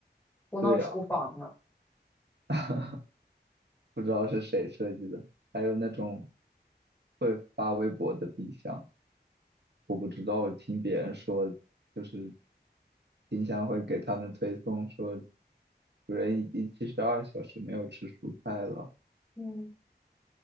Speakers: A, on the left; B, on the right.
A: 冲到厨房了。
B: 对呀、<laughs> 不知道是谁设计的，还有那种会发微博的冰箱。我不知道，我听别人说，就是冰箱会给他们推送说，主人已经七十二小时没有吃蔬菜了。
A: 嗯，